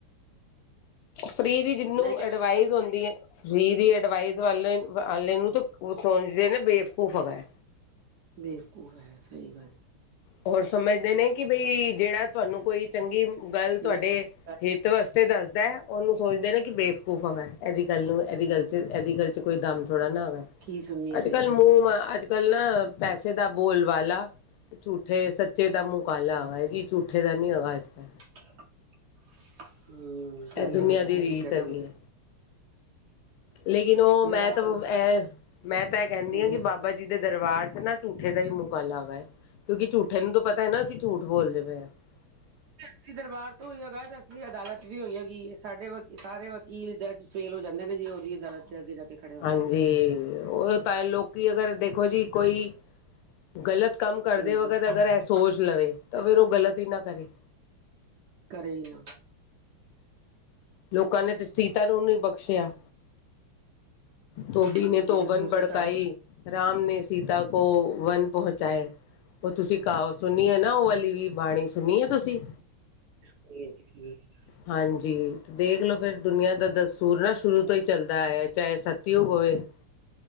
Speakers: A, on the left; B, on the right.
A: ਫ੍ਰੀ ਦੀ ਜਿਹਨੂੰ
B: ਮੈਂ ਕਿਹਾ
A: ਅਡਵਾਈਸ
B: ਤੁਸੀਂ
A: ਹੁੰਦੀ ਐ। ਫ੍ਰੀ ਦੀ ਅਡਵਾਈਸ ਵਾਲੇ ਵਾਲੇ ਨੂੰ ਤੇ ਉਹ ਸਮਝਦੇ ਨੇ ਬੇਵਕੂਫ ਹੈਗਾ।
B: ਬੇਵਕੂਫ ਹੈ ਸਹੀ ਗੱਲ।
A: ਹੋਰ ਸਮਝਦੇ ਨੇ ਕਿ ਬਈ ਜਿਹੜਾ ਤੁਹਾਨੂੰ ਕੋਈ ਚੰਗੀ ਗੱਲ ਤੁਹਾਡੇ
B: ਬੇ-
A: ਹਿੱਤ ਵਾਸਤੇ ਦੱਸਦਾ ਹੈ ਉਹਨੂੰ ਸੋਚਦੇ ਨੇ ਕਿ ਬੇਵਕੂਫ ਵੈ ਇਹਦੀ ਗੱਲ ਨੂੰ ਇਹਦੀ ਗੱਲ ਚ ਇਹਦੀ ਗੱਲ ਚ ਕੋਈ ਦਮ ਥੋੜਾ ਨਾ ਆਵੈ।
B: ਕੀ ਸੁਣਨੀ
A: ਅੱਜ -ਕੱਲ ਮੂੰਹ
B: ਗੱਲ
A: ਅੱਜ-ਕੱਲ ਨਾ ਪੈਸੇ ਦਾ ਬੋਲ ਬਾਲਾ ਝੂੱਠੇ ਸੱਚੇ ਦਾ ਮੂੰਹ ਕਾਲਾ ਹੋਵਾ ਜੀ ਝੂਠੇ ਦਾ ਨੀ ਹੈਵਾ ਅੱਜ- ਕੱਲ।
B: <inaudible> ਪਹਿਲੇ
A: ਇਹ ਦੁਨੀਆਂ
B: ਹੁੰਦਾ
A: ਦੀ
B: ਸੀ
A: ਰੀਤ
B: ਝੂਠੇ ਦਾ
A: ਹੈਗੀ ਏ। ਲੇਕਿਨ ਉਹ ਮੈਂ
B: ਜਿਹੜਾ ਅਕਲ
A: ਤਾਂ
B: ਦੀ
A: ਇਹ ਮੈਂ ਤਾਂ ਇਹ ਕਹਿੰਦੀ
B: ਸਮਝਣ
A: ਹਾਂ ਕਿ ਬਾਬਾ ਬਾਬਾ ਜੀ ਦੇ ਦਰਬਾਰ ਚ ਨਾ ਝੂੱਠੇ ਦਾ ਹੀ ਮੁਹ ਕਾਲਾ ਹੋਵੈ। ਕਿਉਂਕਿ ਝੂਠੇ ਨੂੰ ਤਾਂ ਪਤਾ ਹੈ ਨਾ ਅਸੀਂ ਝੂਠ ਬੋਲਦੇ ਪਏ ਹਾਂ। <inaudible>
B: ਅਹਲੀ ਦਰਬਾਰ ਤੋਂ ਹੋਈ ਹੈਗਾ ਤੇ ਅਸਲੀ ਅਦਾਲਤ ਵੀ ਹੋਈ ਹੈਗੀ ਸਾਡੇ ਵਾਕੀ ਸਾਰੇ ਵਕੀਲ ਜੱਜ ਫੇਲ ਹੋ ਜਾਂਦੇ ਨੇ ਜੀ ਉਹਦੀ ਅਦਾਲਤ ਤੇ ਅੱਗੇ ਜਾ ਕੇ ਖੜੇ ਹੁੰਦੇ
A: ਹਾਂਜੀ
B: ਨੇ
A: ਉਹ ਤਾਂ ਲੋਕੀ ਅਗਰ ਦੇਖੋ ਜੀ ਕੋਈ ਗ਼ਲਤ ਕੰਮ ਕਰਦੇ
B: ਹਾਂਜੀ
A: ਵਗਤ ਅਗਰ ਇਹ ਸੋਚ ਲਵੇ ਤਾਂ ਫਿਰ ਉਹ ਗ਼ਲਤ ਹੀ ਨਾ ਕਰੇ।
B: ਕਰੇ ਏ।
A: ਲੋਕਾਂ ਨੇ ਤੇ ਸੀਤਾ ਨੂੰ ਨਹੀਂ ਬਖਸ਼ਿਆ। ਧੋਬੀ
B: ਹਾਂਜੀ
A: ਨੇ ਤਓਵਨ
B: ਦੱਸੋ ਫਿਰ
A: ਭੜਕਾਈ
B: ਸਾ
A: ਰਾਮ ਨੇ ਸੀਤਾ ਕੋ ਵਨ ਪਹੁੰਚਾਏ। ਉਹ ਤੁਸੀਂ ਕਾਹਵਤ ਸੁਣੀ ਹੈ ਨਾ ਉਹ ਵਾਲੀ ਵੀ ਬਾਣੀ ਸੁਣੀ ਹੈ ਤੁਸੀਂ?
B: <unintelligible>
A: ਹਾਂਜੀ। ਦੇਖ ਲੋ ਫੇਰ ਦੁਨੀਆਂ ਦਾ ਦਸ ਸੂਰ ਨਾ ਸ਼ੁਰੂ ਤੋਂ ਹੀ ਚੱਲਦਾ ਆਇਆ ਚਾਹੇ ਸਤਿਯੁਗ ਹੋਏ <inaudible>